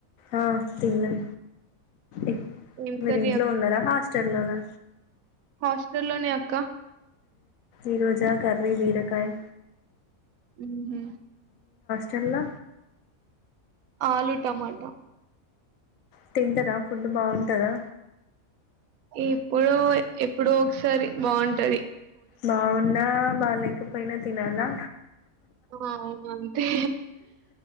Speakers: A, on the left; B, on the right.
A: ఆ తిన్నం ఎక్
B: ఏం
A: మీరు
B: కర్రీ
A: ఇంట్లో ఉన్నారా హాస్టల్ లోన
B: హాస్టల్లోనే అక్క
A: ఈ రోజా కర్రీ బీరకాయ్
B: మ్ హు
A: చెల్ల
B: ఆలు టమాటా
A: తింటర ఫుడ్ బాగుంటదా
B: ఇప్పుడో ఎప్పుడో ఒకసారి బాగుంటది
A: బాగున్నా బాలేకపోయినా తినాలా
B: అవును అంతే